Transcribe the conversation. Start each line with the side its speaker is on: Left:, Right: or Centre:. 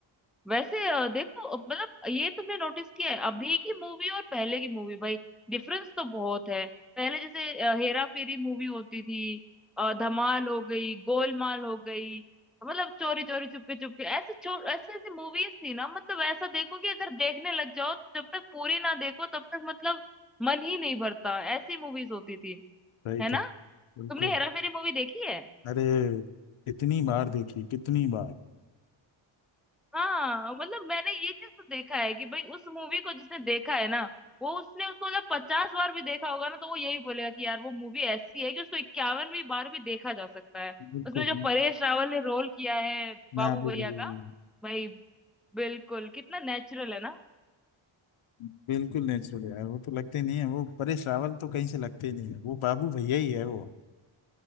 Centre: वैसे अ, देखो अ, मतलब ये तुमने नोटिस किया है अभी की मूवी और पहले की मूवी भाई डिफरेंस तो बहुत है पहले जैसे अ, हेरा फेरी मूवी होती थी अ, धमाल हो गई गोलमाल हो गई मतलब चोरी चोरी चुपके चुपके ऐसे छो ऐसे ऐसे मूवीज थी ना मतलब ऐसा देखो कि अगर देखने लग जाओ तो जब तक पूरी ना देखो तब तक मतलब मन ही नहीं भरता ऐसी मूवीज होती थी
Left: सही
Centre: है ना
Left: कह बिल्कुल
Centre: तुमने हेरा फेरी मूवी देखी है
Left: अरे कितनी बार देखी कितनी बार
Centre: हाँ मतलब मैंने ये चीज तो देखा है कि भाई उस मूवी को जिसने देखा है ना वो उसने उसको मतलब पचास बार भी देखा होगा ना तो वो यही बोलेगा कि यार वो मूवी ऐसी है कि उसको इक्यावनवीं बार भी देखा जा सकता है
Left: बिल्कुल
Centre: उसमें जो परेश रावल ने रोल किया है
Left: मैं
Centre: बाबू
Left: भी
Centre: भैया
Left: वही
Centre: का
Left: हूँ।
Centre: भाई बिल्कुल कितना नेचुरल है ना
Left: बिल्कुल नेचुरल यार वो तो लगते नहीं है वो परेश रावल तो कहीं से लगते नहीं है वो बाबू भैया ही है वो